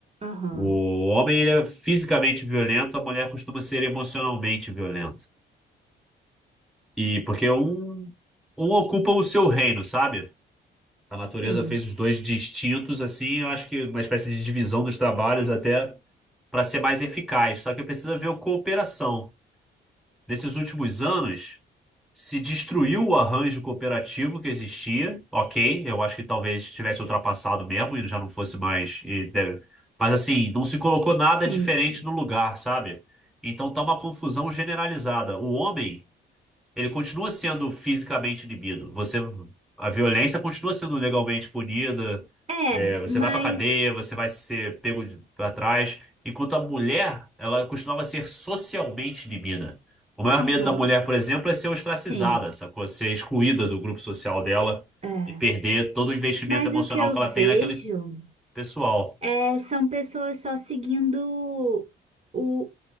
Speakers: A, on the right; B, in the centre.
A: Aham.
B: O homem ele é fisicamente violento, a mulher costuma ser emocionalmente violenta. E porque um, um ocupa o seu reino, sabe? A natureza
A: Sim,
B: fez os dois distintos, assim, eu acho que uma espécie de divisão dos trabalhos até para ser mais eficaz. Só que precisa ver o cooperação. Nesses últimos anos, se destruiu o arranjo cooperativo que existia. Ok, eu acho que talvez tivesse ultrapassado mesmo e já não fosse mais. e deve- Mas assim, não se colocou
A: sim.
B: nada diferente no lugar, sabe? Então tá uma confusão generalizada. O homem, ele continua sendo fisicamente inibido. Você, a violência continua sendo legalmente punida.
A: É,
B: Você
A: mas.
B: vai pra cadeia, você vai ser pego de- pra trás. Enquanto a mulher, ela costumava ser socialmente inibida. O maior
A: Aham,
B: medo da mulher, por exemplo, é ser ostracizada,
A: sim.
B: sacou? Ser excluída do grupo social dela
A: É.
B: e perder todo o investimento
A: Mas
B: emocional
A: o que eu
B: que
A: vejo
B: ela tem naquele pessoal.
A: é, são pessoas só seguindo o,